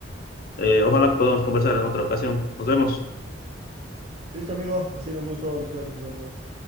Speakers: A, on the left (about 45°); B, on the right (about 30°).
A: eh, ojalá podamos conversar en otra ocasión. Nos vemos.
B: Listo, amigo. Ha sido un gusto. Nos vemos. Nos vemos.